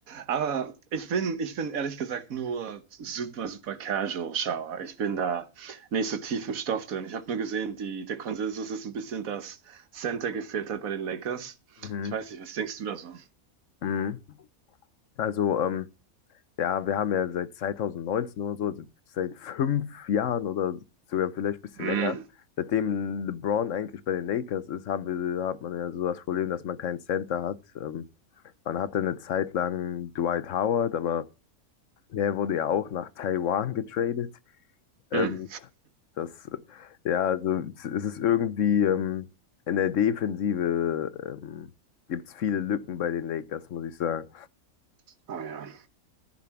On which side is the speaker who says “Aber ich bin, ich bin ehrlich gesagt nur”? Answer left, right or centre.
Right